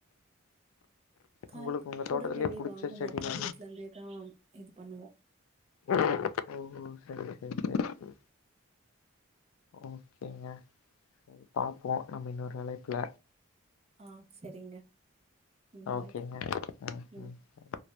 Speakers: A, on the right; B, on the left.
A: காய்
B: உங்களுக்கு உங்க
A: கூட
B: தோட்டத்திலயே
A: வெளிய
B: புடிச்ச
A: வாங்க
B: செடினா
A: மாட்டோ வீட்ல இருந்தேதா இது பண்ணுவோ
B: ஓ ஓஹோ சரி சரி சரி ஓகேங்க சரி பாப்போ நம்ம இன்னொரு அழைப்புல
A: ஆ சரிங்க ம்
B: ஓகேங்க
A: பாய்
B: அ
A: ம்
B: அ